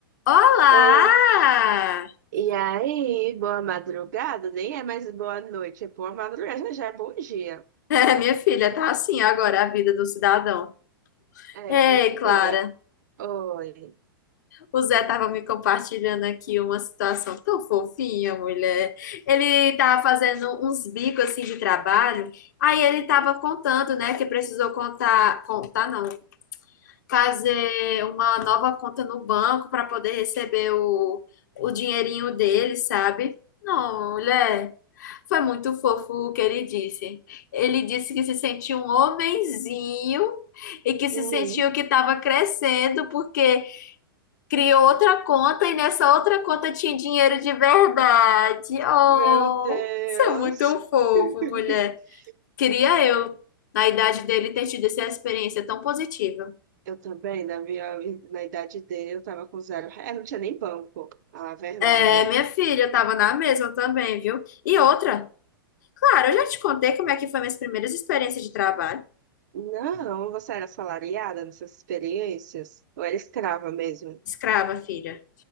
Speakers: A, on the left; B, on the right.
A: Olá!
B: Ou,
A: <laughs>
B: e aí, boa madrugada, nem é mais boa noite, é boa madrugada, <laughs> já é bom dia.
A: É, minha filha, tá assim agora a vida do cidadão.
B: É,
A: Ei,
B: minha
A: Clara,
B: filha. Oi.
A: o Zé tava me compartilhando aqui uma situação tão fofinha, mulher. Ele tava fazendo uns bicos assim de trabalho, aí ele tava contando, né, que precisou contar, contar não, fazer uma nova conta no banco para poder receber o, o dinheirinho dele, sabe? Não, mulher, foi muito fofo o que ele disse. Ele disse que se sentiu um homenzinho e que se
B: Uhum.
A: sentiu que estava crescendo porque criou outra conta e nessa outra conta tinha dinheiro de verdade. Oh,
B: Meu Deus.
A: isso é muito fofo,
B: <laughs>
A: mulher. Queria eu, na idade dele, ter tido essa experiência tão positiva.
B: Eu também, na minha, na idade dele, eu tava com zero. É, não tinha nem banco, a verdade.
A: É, minha filha, eu tava na mesma também, viu? E outra, claro, eu já te contei como é que foi minhas primeiras experiências de trabalho.
B: Não, você era assalariada nessas experiências? Ou era escrava mesmo?
A: Escrava, filha.